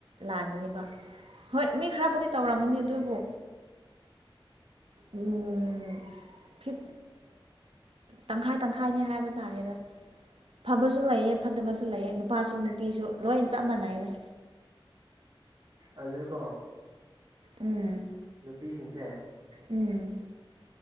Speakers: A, on the right; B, on the right.
A: ꯂꯥꯟꯒꯅꯦꯕ ꯍꯣꯏ ꯃꯤ ꯈꯔꯕꯨꯗꯤ ꯇꯧꯔꯝꯒꯅꯤ
B: ꯎꯝ ꯎꯝ
A: ꯑꯗꯨꯕꯨ
B: ꯆꯨꯝꯃꯦ
A: ꯎꯝ ꯤꯐ ꯇꯪꯈꯥꯏ ꯇꯪꯈꯥꯏꯅꯦ ꯍꯥꯏꯕ ꯇꯥꯔꯦꯗ ꯐꯕꯁꯨ ꯂꯩꯑꯦ ꯐꯠꯇꯕꯁꯨ ꯂꯩꯑꯦ ꯅꯨꯄꯥꯁꯨ ꯅꯨꯄꯤꯁꯨ ꯂꯣꯏ ꯆꯞ ꯃꯥꯟꯅꯩꯅ
B: ꯑꯖꯤꯀꯣ
A: ꯎꯝ
B: ꯅꯨꯄꯤꯁꯤꯡꯁꯦ
A: ꯎꯝ